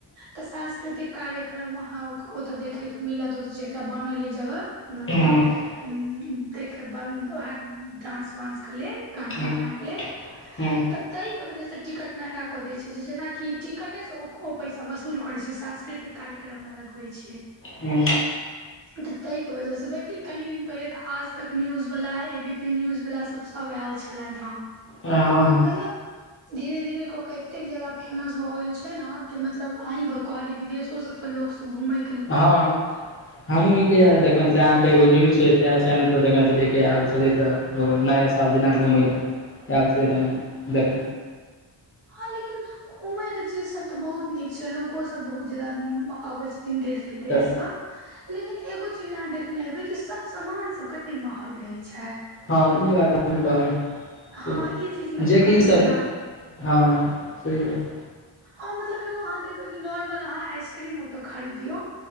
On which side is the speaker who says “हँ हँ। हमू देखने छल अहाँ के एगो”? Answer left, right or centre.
Left